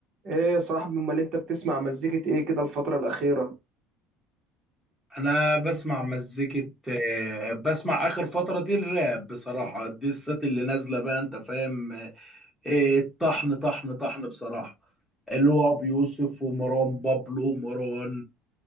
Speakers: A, on the right (about 35°); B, in the centre.
A: ايه يا صاحبي امال انت بتسمع مزيكة ايه كده الفترة الأخيرة؟
B: انا بسمع مزيكة آه، بسمع اخر فترة دي الراب بصراحة دي السات اللي نازلة بقى انت فاهم آه، طحن طحن طحن بصراحة اللي هو ابو يوسف ومروان بابلو ومروان